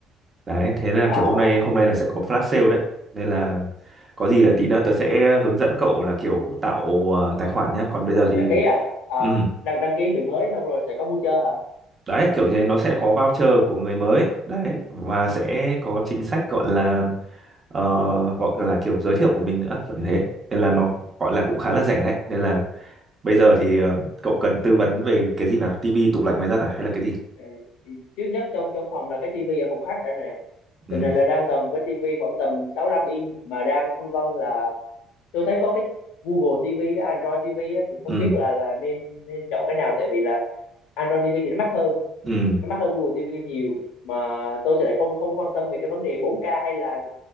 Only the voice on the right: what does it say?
đấy thế nên là
kiểu hôm nay hôm nay là sẽ có flash sale đấy nên là có gì là tí nữa tớ sẽ hướng dẫn cậu là kiểu tạo ờ, tài khoản nhá còn bây giờ thì
ừ
đấy kiểu như thế nó sẽ có voucher của người mới đấy và sẽ có chính
sách gọi là ờ, gọi là kiểu giới thiệu của mình nữa kiểu như thế nên là nó gọi là cũng khá là rẻ đấy nên là bây giờ thì ờ, cậu cần tư vấn về cái gì nào tivi tủ lạnh máy giặt à hay là cái gì
ừ
ừ
ừ